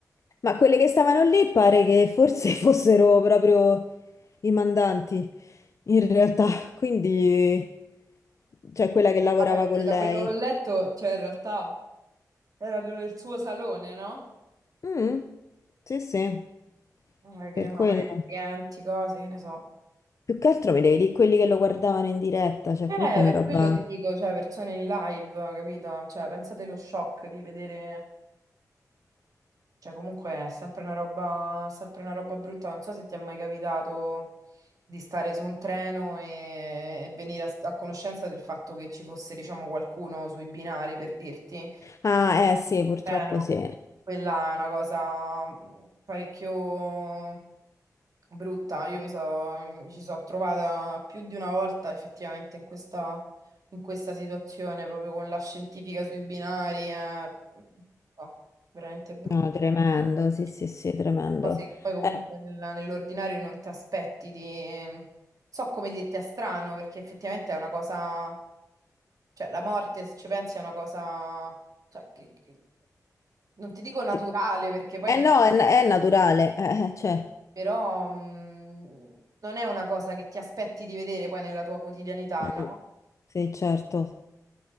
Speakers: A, on the left (about 50°); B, on the right (about 60°).
A: Ma quelle che stavano lì pare che forse <laughs> fossero proprio i mandanti, in realtà. Quindi, cioè quella che lavorava
B: Vabbè, perché
A: con
B: da
A: lei.
B: quello che ho letto, cioè, in realtà, erano nel suo salone, no?
A: Mm, Sì, sì,
B: Eh, che
A: per
B: ne
A: quello.
B: so, magari clienti, cose, che ne so.
A: Più che altro mi devi dire quelli che lo guardavano in diretta, cioè
B: Eh,
A: comunque una
B: per
A: roba...
B: quello ti dico, cioè, persone in live, capito? Cioè, pensate lo shock di vedere... Cioè, comunque è sempre una roba, sempre una roba brutta. Non so se ti è mai capitato di stare su un treno e, e venire a, a conoscenza del fatto che ci fosse, diciamo, qualcuno sui binari, per dirti.
A: Ah, eh sì, purtroppo
B: Eh, no,
A: sì.
B: quella è una cosa mh, parecchio brutta. Io mi, so- mi ci sono trovata più di una volta effettivamente in questa, in questa situazione, proprio con la scientifica sui binari. eh. No, veramente brutta
A: No, tremendo, sì,
B: eh,
A: sì, sì, tremendo.
B: cose che poi comunque
A: Eh,
B: nella- nell'ordinario non ti aspetti di... So come dirti è strano, perché effettivamente è una cosa... Cioè, la morte, se ci pensi, è una cosa... Cioè, che, che- Non ti dico naturale,
A: ti-
B: perché poi...
A: eh
B: in-
A: no,
B: que-
A: è, è naturale, eh, eh, cioè.
B: Però mh, non è una cosa che ti aspetti di vedere poi nella tua quotidianità,
A: Mm,
B: no?
A: Sì, certo.